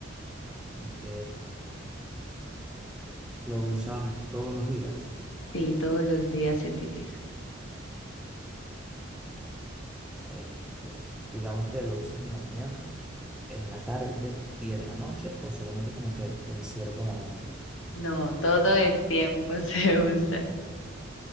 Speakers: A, in the centre; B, on the left.
A: Ok. Lo usas todos los días.
B: Sí, todos los días se utiliza.
A: Este, digamos que lo usas en la mañana, en la tarde y en la noche, o solamente como que en cierto momento.
B: No, todo el tiempo <laughs> se usa.